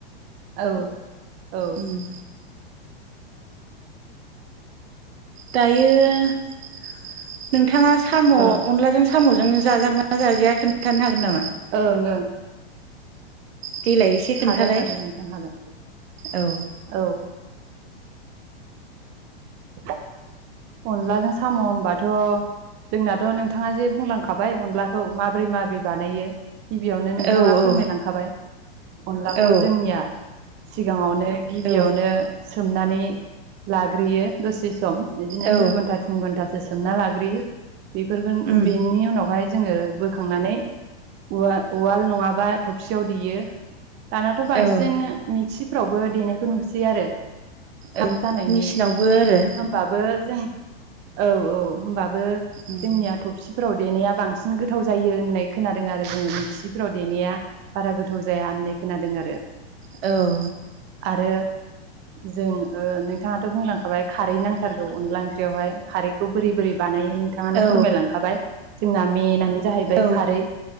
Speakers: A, on the right (about 35°); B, on the right (about 75°).
A: औ ओ
B: उम दायो नोंथांङा साम अनलाजों
A: ओं
B: सामजों जाजागोनना जाजाया खोन्थानो हागोन नामा?
A: ओं ओं
B: देलाय एसे खोन्थालाय
A: हागोन हागोन नोंथां हागोन
B: औ
A: औ औ अनलाजों साम होनबाथ जोंनाथ नोंथांङा जे बुंलांखाबाय अनलाखौ माबोरै माबोरै बानायो गिबियावनो नोंथांङा
B: औ औ
A: फोरमायलांखाबाय अनलाखौ
B: औ
A: जोंनिया सिगांङावनो गिबियावनो
B: औ
A: सोमनानै लाग्रोयो दसे सम इदिनो
B: औ
A: दुइ घन्टा थिन घन्टा सोमना लाग्रोयो बेफोरफोरखौ
B: उम
A: बेनि उनावहाय जोंङो बोखांनानै उवा-उवाल नंङाबा थबसियाव देयो दानाथ बांसिन
B: औ
A: मिक्सिफ्रावबो देनायखौ नुसै आरो थाब
B: औ
A: जानायनि
B: मेचिनावबो आरो
A: होमबा ओ जों औ औ होनबाबो बो
B: उम
A: जोंनिया थबसिफोराव देनाया बांसिन गोथाव जायो होननाय खोनादों आरो जोंङो मिक्चिफोराव देनाया बारा गोथाव जाया होननाय खोनादों आरो
B: औ
A: आरो जों नोंथांङाथ बुंलांखाबाय खारै नां थारगौ अनला ओंख्रिआवहाइ खारैखौ बोरै-बोरै बानायो नोंथांङानो
B: औ
A: फोरमायलांखाबाय जोंना मेनानो जाहैबाय
B: औ
A: खारै